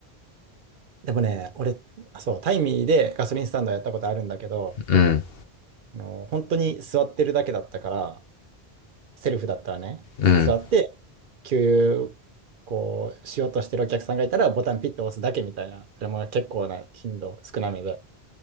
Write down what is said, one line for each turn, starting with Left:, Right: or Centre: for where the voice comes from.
Right: でもね、俺、あそう、タイミーでガソリンスタンドやったことあるんだけど、
Left: うん。
Right: あの、本当に座ってるだけだったから、セルフだったらね、座って、
Left: うん。
Right: 給油、こう、しようとしてるお客さんがいたら、ボタンピッと押すだけみたいな、それも結構な頻度、少なめで、